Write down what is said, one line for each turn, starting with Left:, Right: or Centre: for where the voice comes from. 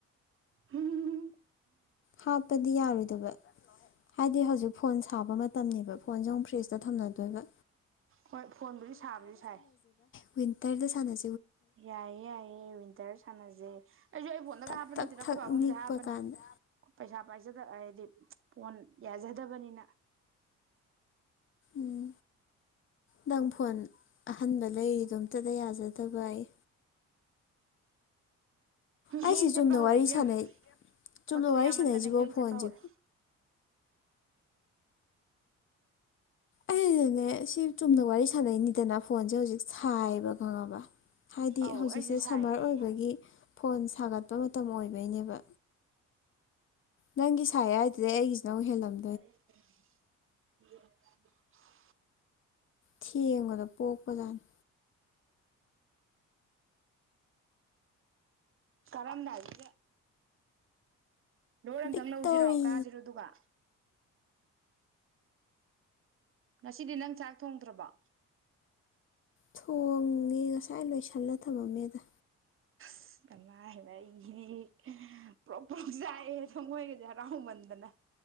Right: ꯍꯝ
Left: ꯍꯥꯞꯄꯗꯤ ꯌꯥꯔꯣꯏꯗꯕ ꯍꯥꯏꯗꯤ ꯍꯧꯖꯤꯛ ꯐꯣꯟ ꯁꯥꯕ ꯃꯇꯝꯅꯤꯕ ꯐꯣꯟꯁꯦ ꯑꯃꯨꯛ ꯐ꯭ꯔꯦꯖꯇ ꯊꯝꯅꯗꯣꯏꯕ
Right: ꯍꯣꯏ ꯐꯣꯟꯕꯨꯗꯤ ꯁꯥꯕꯨꯗꯤ ꯁꯥꯏ
Left: ꯟꯇꯔꯗ ꯁꯥꯟꯦ
Right: ꯌꯥꯏꯌꯦ ꯌꯥꯏꯌꯦ ꯋꯤꯟꯇꯔ ꯁꯥꯟꯅꯁꯦ ꯑꯩꯁꯨ ꯑꯩ ꯐꯣꯟꯗꯒ
Left: ꯊꯛ
Right: ꯍꯥꯞꯄꯅꯦꯗꯤꯔ
Left: ꯊꯛ
Right: ꯑꯩꯈꯣꯏ
Left: ꯊꯛ
Right: ꯕꯥꯕꯨꯡꯒꯤꯗ
Left: ꯅꯤꯛꯄ
Right: ꯍꯥꯞꯄꯅꯦ
Left: ꯀꯥꯟꯗ
Right: ꯄꯩꯁꯥ ꯄꯥꯏꯖꯗ ꯍꯥꯏꯗꯤ ꯐꯣꯟ ꯌꯥꯖꯗꯕꯅꯤꯅ
Left: ꯎꯝ ꯅꯪ ꯐꯣꯟ ꯑꯍꯟꯕ ꯂꯩꯔꯤꯗꯣ ꯑꯝꯇꯗ ꯌꯥꯖꯗꯕ ꯑꯩ ꯑꯩꯁꯤ
Right: ꯍꯦꯡ
Left: ꯆꯨꯝꯅ
Right: ꯆꯠꯄ ꯍꯧꯔꯛꯕꯦꯝ
Left: ꯋꯥꯔꯤ ꯁꯥꯟꯅꯩ ꯆꯨꯝꯅ
Right: ꯐꯣꯇꯣ
Left: ꯋꯥꯔꯤ
Right: ꯌꯥꯝꯃꯟꯗꯅ
Left: ꯁꯥꯟꯅꯩꯁꯤꯕꯣ
Right: ꯍ
Left: ꯐꯣꯟꯁꯦ
Right: ꯆꯦꯠꯄ ꯍꯧꯧꯔꯦ
Left: ꯑꯩꯩꯅꯅꯦ ꯁꯤ ꯆꯨꯝꯅ ꯋꯥꯔꯤ ꯁꯥꯟꯅꯩꯅꯤꯗꯅ ꯐꯣꯟꯁꯦ ꯍꯧꯖꯤꯛ ꯁꯥꯏꯌꯦꯕ ꯈꯪꯉꯕ ꯍꯥꯏꯗꯤ
Right: ꯑꯧ
Left: ꯍꯧꯖꯤꯛꯁꯦ
Right: ꯑꯩꯁꯨ ꯁꯥꯏꯌꯦ
Left: ꯁꯝꯃꯔ ꯑꯣꯏꯕꯒꯤ ꯐꯣꯟ ꯁꯥꯒꯠꯄ ꯃꯇꯝ ꯃꯇꯝ ꯑꯣꯏꯕꯩꯅꯦꯕ ꯅꯪꯒꯤ ꯁꯥꯏ ꯑꯗꯨꯗ ꯑꯩꯒꯤꯁꯤꯅ ꯍꯦꯜꯂꯝꯅꯤ
Right: ꯐꯔꯦ
Left: ꯊꯦꯡꯕꯗ ꯄꯣꯛꯄꯖꯥꯅꯤ
Right: ꯀꯔꯝꯗꯥꯒ ꯂꯣꯏ ꯑꯝꯇꯪ
Left: ꯕꯤꯛꯇꯣꯔꯤ
Right: ꯂꯧꯁꯤꯔꯣ ꯀꯥꯁꯤꯔꯣ ꯑꯗꯨꯒ ꯉꯁꯤꯗꯤ ꯅꯪ ꯆꯥꯛ ꯊꯣꯡꯗ꯭ꯔꯕ
Left: ꯊꯣꯡꯉꯦ ꯉꯁꯥꯏ ꯂꯣꯏꯁꯜꯂ ꯊꯝꯃꯝꯃꯦꯗ
Right: ꯑ ꯀꯃꯥꯏ ꯍꯥꯏꯅ ꯑꯩꯒꯤ ꯄ꯭ꯔꯞ ꯄꯂꯣꯛ ꯆꯥꯛꯑꯦ ꯁ ꯃꯣꯏꯒꯁꯦ ꯍꯔꯥꯎꯃꯟꯗꯅ